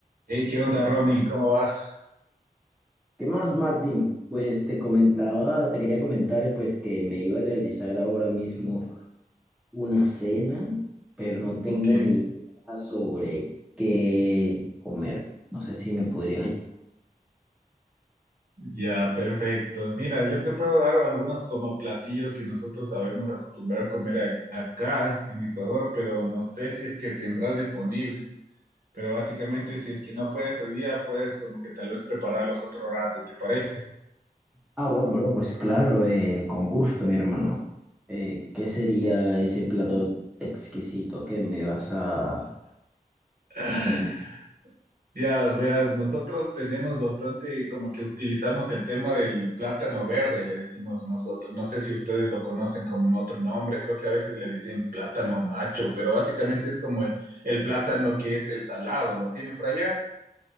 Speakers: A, on the right; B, in the centre.
A: Hey, ¿qué onda, Ronnie? ¿Cómo vas?
B: ¿Qué más, Martín? Pues te comentaba, te quería comentar pues que me iba a realizar ahora mismo una cena, pero no tengo
A: Ok,
B: ni idea sobre qué comer. No sé si me podrías ayudar.
A: ya, perfecto. Mira, yo te puedo dar algunos como platillos que nosotros sabemos acostumbrar a comer a- acá en Ecuador, pero no sé si es que tendrás disponible. Pero básicamente, si es que no puedes hoy día, puedes como que tal vez prepararlos otro rato, ¿te parece?
B: Ah, bueno, bro, pues claro, eh, con gusto, mi hermano. Eh, ¿qué sería ese plato exquisito que me vas a
A: <laughs>
B: recomendar?
A: Ya verás, nosotros tenemos bastante como que utilizamos el tema del plátano verde, le decimos nosotros. No sé si ustedes lo conocen como un otro nombre, creo que a veces le dicen plátano macho, pero básicamente es como el, el plátano que es el salado, ¿lo tienen por allá?